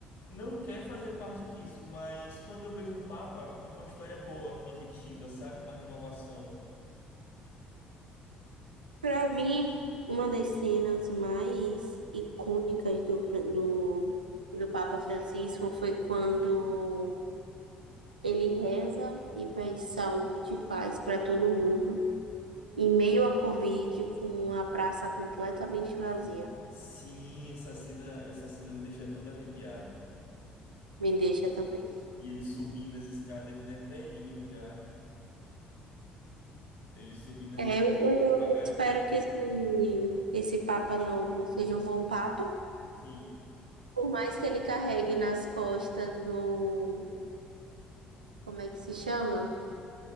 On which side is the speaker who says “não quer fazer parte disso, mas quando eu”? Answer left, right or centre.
Left